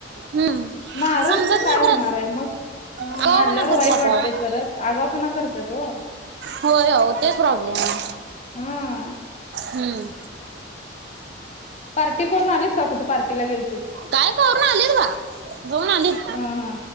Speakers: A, on the right (about 60°); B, on the left (about 35°).
A: हम्म
B: मारून
A: समजत
B: तर काय
A: नाहीतर,
B: होणार आहे मग ह
A: आघावपणा
B: मारल्यावर वाईट
A: करते आता-
B: वाटतय परत आगावपणा करत्यात ओ
A: होय, हो ते प्रॉब्लेम आहे.
B: हा
A: हम्म..
B: पार्टी- करून आलीत का कुठ पार्टीला गे?
A: काय करून आलीत बा? जाऊन आलीत,
B: हा हा